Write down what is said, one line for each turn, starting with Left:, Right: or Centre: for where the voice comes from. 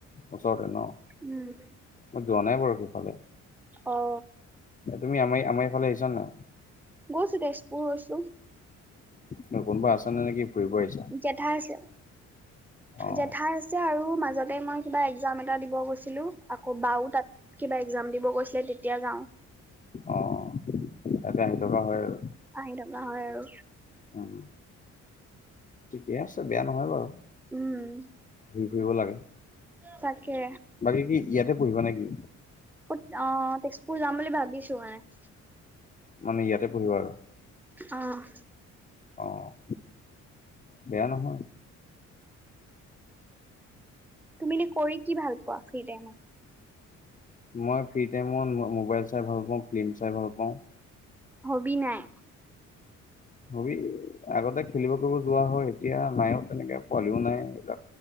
Left: ওচৰতে ন?
Centre: উম'।
Left: মই যোৱা নাই বাৰু সেইফালে
Centre: অ
Left: তুমি আমাৰ আমাৰ এইফালে আহিছা নাই?
Centre: গ'ছো তেজপুৰ গৈছো।
Left: ন কোনোবা আছ নে নেকি? ফুৰিব আহিছা?
Centre: জেঠাই আছে
Left: অ',
Centre: জেঠাই আছে আৰু মাজতে মই কিবা এক্জাম এটা দিব গৈছিলো, আকৌ বাও তাত কিবা একজাম দিব গৈছিল। তেতিয়া যাওঁ
Left: অঁ', ইয়াতে আহি থকা হয় আৰু।
Centre: আহি থকা হয় আৰু।
Left: উম, ঠিকে আছে বেয়া নহয় বাৰু।
Centre: উম'।
Left: ঘুই ফুৰি লাগে।
Centre: তাকে।
Left: বাকী কি ইয়াতে পঢ়িবা নেকি?
Centre: ত অ', তেজপুৰ যাম বুলি ভাবিছো মানে।
Left: মানে ইয়াতে পঢ়িবা আৰু।
Centre: অ'।
Left: অ', বেয়া নহয়।
Centre: তুমি এ কৰি কি ভাল পোৱা ফ্ৰী টাইমত।
Left: মই ফ্ৰী টাইমত মোবাইল চাই ভাল পাওঁ, ফিল্ম চাই ভাল পাওঁ।
Centre: হবি নাই?
Left: হবি আগতে খেলিব কৰিব যোৱা হয়। এতিয়া নাইও তেনেকে পোৱালিও নাই